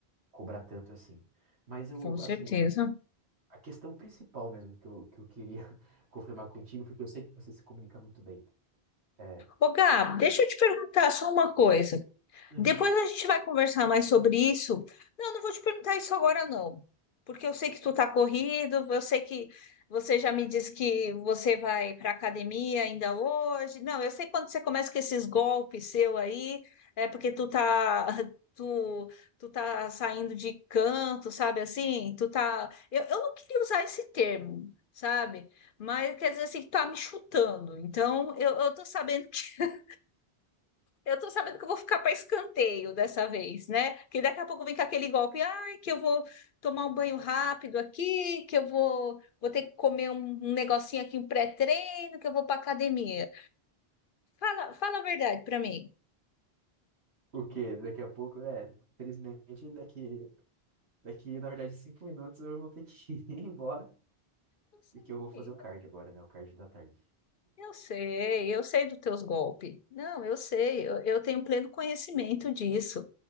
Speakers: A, on the right; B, on the left.
A: cobrar tanto assim. Mas eu,
B: Com
A: assim,
B: certeza.
A: o, a questão principal mesmo que eu, que eu queria <laughs> confirmar contigo, porque eu sei que você se comunica muito bem. É,
B: Ô, Gab,
A: e
B: deixa eu te perguntar só uma coisa.
A: uhum.
B: Depois a gente vai conversar mais sobre isso. Não, não vou te perguntar isso agora, não. Porque eu sei que tu tá corrido, eu sei que você já me disse que você vai para academia ainda hoje. Não, eu sei quando você começa com esses golpes seu aí, é porque tu tá <laughs> tu tu tá saindo de canto, sabe assim? Tu tá eu, eu não queria usar esse termo, sabe? Mas quer dizer assim, que tá me chutando. Então, eu, eu tô sabendo que eu tô sabendo que eu vou ficar para escanteio dessa vez, né? Porque daqui a pouco vem com aquele golpe, ai, que eu vou tomar um banho rápido aqui, que eu vou, vou ter que comer um um negocinho aqui, um pré-treino, que eu vou para academia. Fala, fala a verdade para mim.
A: o que daqui a pouco, é, infelizmente, daqui, daqui, na verdade, cinco minutos eu vou ter que <laughs> ir embora,
B: Não sei.
A: porque eu vou fazer o card agora, né? O card da tarde.
B: Eu sei, eu sei dos teus golpes. Não, eu sei, eu, eu tenho pleno conhecimento disso.